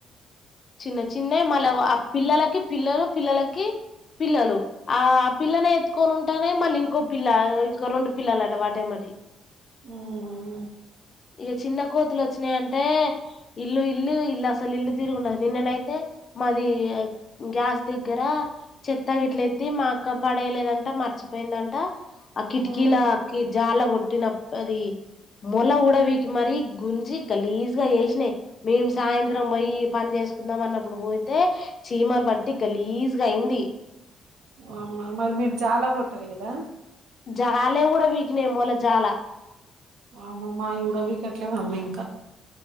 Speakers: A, on the left; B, on the right.
A: చిన్న చిన్నవి మళ్ళీ ఆ పిల్లలకి పిల్లలు, పిల్లలకి పిల్లలు ఆ పిల్లనే ఎతుకొని ఉంటానాయ్ మళ్ళీ ఇంకో పిల్ల, ఇంకో రెండు పిల్లలు అట వాటే ఎమ్మాటి
B: ఉమ్
A: ఇగా చిన్న కోతులు వచ్చినాయంటే ఇల్లు ఇలు ఇల్ అసలు ఇల్ తీరుకు ఉండదు. నిన్ననైతే మాది గ్యాస్ దగ్గర చెత్తగిట్ల ఎత్తి మా అక్క పడేలేదంట మర్చిపోయిందంట ఆ కిటికీలా
B: ఉమ్
A: అక్క జాల కొట్టినాం అది మొల ఉడవికి మరీ గుంజి గలీజ్గా చేసినాయి. మేము సాయంత్రం పోయి పని చేసుకుని కుందాం అన్నప్పుడు పోయితే చీమలు బట్టి గలీజ్గా అయింది
B: వామ్మ మరి మీరు జాలా కొట్టాలి కదా
A: జాల కూడా వికినయి మొల జాల
B: వామమ్మ ఇవో అవిగట్లవు అమ్మాయి ఇంకా